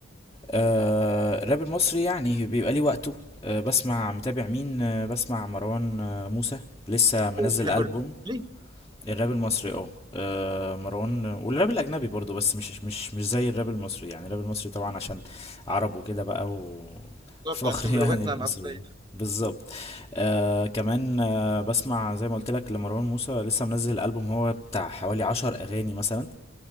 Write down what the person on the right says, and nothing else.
وبتحب
الر- ليه
بالظبط
عشان بلغتنا
الاصليه